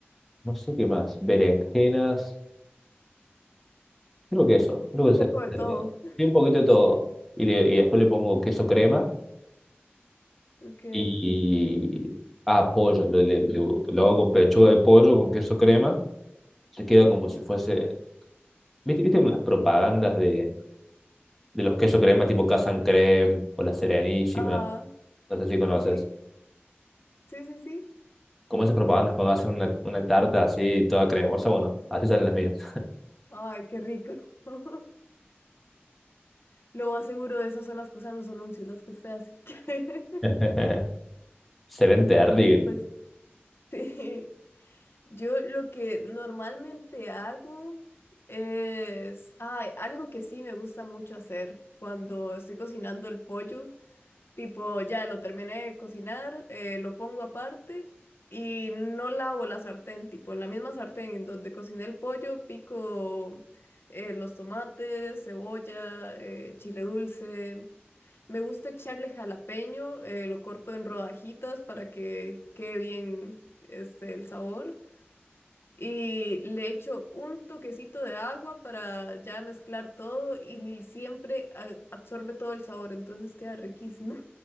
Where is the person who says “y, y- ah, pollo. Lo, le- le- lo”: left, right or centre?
Centre